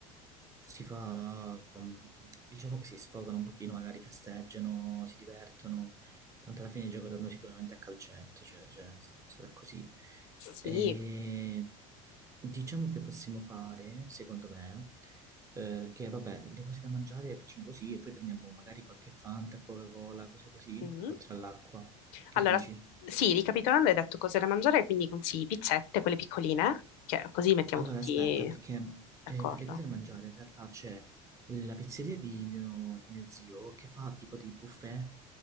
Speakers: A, on the right (about 20°); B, on the left (about 70°).
A: si fa, um, diciamo che si sfogano un pochino, magari festeggiano, si divertono, tanto alla fine giocheranno sicuramente a calcetto, cioè, cioè, sarà così.
B: Sì.
A: E diciamo che possiamo fare, secondo me, eh, che vabbè, le cose da mangiare le facciamo così e poi prendiamo magari qualche Fanta, Coca-Cola, cose così,
B: mhm.
A: oltre all'acqua. Che
B: Allora,
A: dici?
B: sì, ricapitolando, hai detto cose da mangiare, quindi consigli pizzette, quelle piccoline, che così mettiamo
A: Allora,
B: tutti
A: aspetta, perché
B: d'accordo.
A: eh, per le cose da mangiare in realtà c'è la pizzeria di mio, di mio zio che fa tipo dei buffet